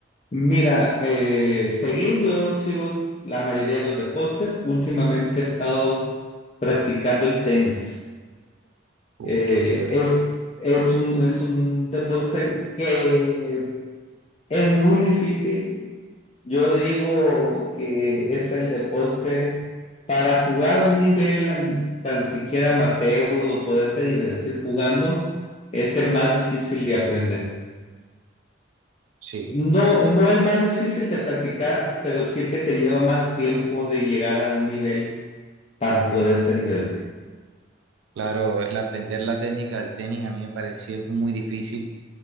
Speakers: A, on the left; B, on the right.
A: Mira, eh, seguir, yo sigo la mayoría de los deportes. Últimamente he estado practicando el tenis.
B: Uh,
A: Eh,
B: qué chévere.
A: es, es un, es un deporte que es muy difícil. Yo digo que es el deporte para jugar a un nivel tan siquiera amateur o poderte divertir jugando, es el más difícil de aprender.
B: Sí,
A: No, no el más difícil de practicar, pero sí el que te lleva más tiempo de llegar a un nivel para poderte divertir.
B: claro, el aprender la técnica del tenis a mí me pareció muy difícil